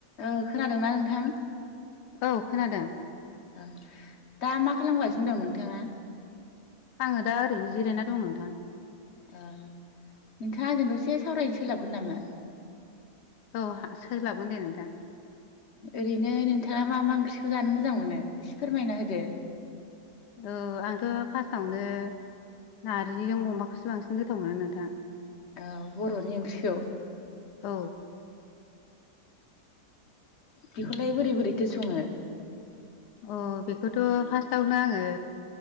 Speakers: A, on the left; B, on the left.
A: ओ खोनादोंना नोंथां।
B: औ खोनादों
A: ओ दा मा खालामगासिनो दं नोंथाङा।
B: आङो दा ओरैनो जिरायना दं नोंथां
A: ओ नोंथाङा आंजों दसे सावरायनो सोलाबगोन नामा।
B: औ हा सोलाबगोन दे नोंथां
A: ओरैनो नोंथाङा मा मा ओंख्रिखौ जानो मोजां मोनो एसे फोरमायना होदो
B: औ आंथ' फार्स्टआवनो नारजिजों अमाखौसो बांसिन गोथाव मोनो नोंथां
A: औ बर'नि ओंख्रिखौ
B: औ
A: बिखौलाय बोरै बोरैथो सङो।
B: अ बेखौथ' फार्स्टआवनो आङो